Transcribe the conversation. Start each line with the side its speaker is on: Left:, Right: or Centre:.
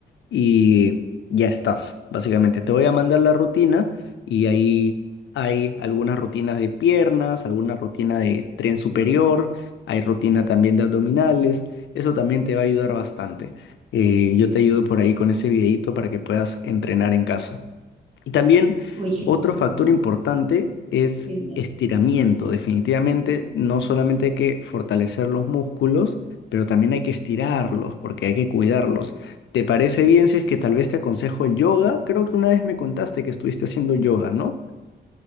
Left: y ya estás, básicamente. Te voy a mandar la rutina y ahí hay algunas rutinas de piernas, alguna rutina de tren superior, hay rutina también de abdominales. Eso también te va a ayudar bastante. Eh, yo te ayudo por ahí con ese videito para que puedas entrenar en casa. Y también
Right: Oye, genial,
Left: otro factor importante es
Right: genial.
Left: estiramiento. Definitivamente no solamente hay que fortalecer los músculos, pero también hay que estirarlos porque hay que cuidarlos. ¿Te parece bien si es que tal vez te aconsejo el yoga? Creo que una vez me contaste que estuviste haciendo yoga, ¿no?